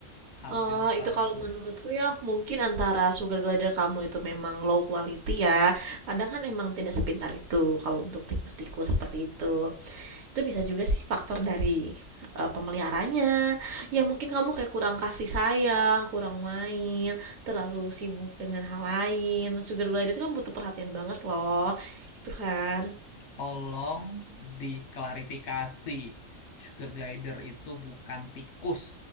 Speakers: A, on the left (about 65°); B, on the right (about 80°).
A: hampir
B: Oh,
A: setahun
B: itu kalau menurutku ya mungkin antara sugar glider kamu itu memang low quality ya. Kadang kan emang tidak sepintar itu kalau untuk tikus-tikus seperti itu. Itu bisa juga sih faktor dari, eee, pemeliharanya, ya mungkin kamu kayak kurang kasih sayang, kurang main, terlalu sibuk dengan hal lain, sugar glider itu kan butuh perhatian banget loh, gitu kan.
A: tolong diklarifikasi sugar glider itu bukan tikus